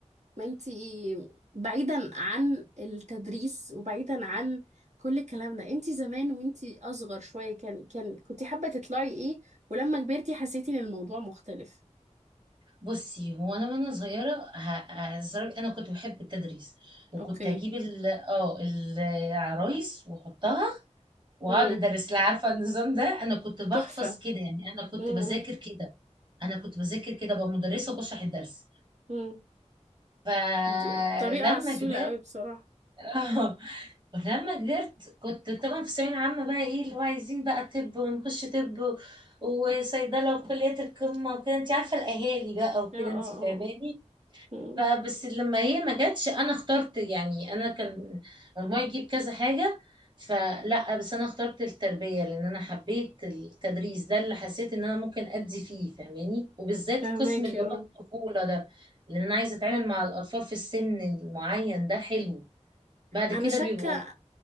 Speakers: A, on the right; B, on the right.
A: ما انتي بعيدا عن التدريس وبعيدا عن كل الكلام ده انتي زمان وانتي اصغر شوية كان كان كنتي حابة تطلعي ايه ولما كبرتي حسيتي ان الموضوع مختلف
B: بصي هو انا وانا صغيره ه- هزرع انا كنت بحب التدريس وكنت
A: اوكي
B: اجيب ال اه العرايس واحطها واقعد
A: امم
B: ادرس لها عارفه النظام ده انا كنت بحفظ
A: تحفة
B: كده يعني انا كنت
A: امم
B: بذاكر كده انا كنت بذاكر كده بقى مدرسه وبشرح الدرس
A: امم
B: فلما
A: دي طريقة عسولة
B: كبرت
A: قوي بصراحة
B: <laughs> اه ولما كبرت كنت طبعا في الثانويه العامه بقى ايه اللي هو عايزين بقى طب ونخش طب و- وصيدله وكليه القمه وكده انت عارفه الاهالي بقى وكده
A: اه اه
B: انت
A: اه
B: فاهماني
A: اه أمم.
B: فبس لما هي ما جاتش انا اخترت يعني انا كان مجموعي يجيب كذا حاجه فلا بس انا اخترت التربيه لان انا حبيت التدريس ده اللي حسيت ان انا ممكن ادي فيه فاهماني وبالذات
A: فهماكي
B: قسم اللي هو
A: اه
B: الطفوله ده لان انا عايزه اتعامل مع الاطفال في السن المعين ده حلو بعد
A: انا
B: كده
A: شاكة
B: بيبقوا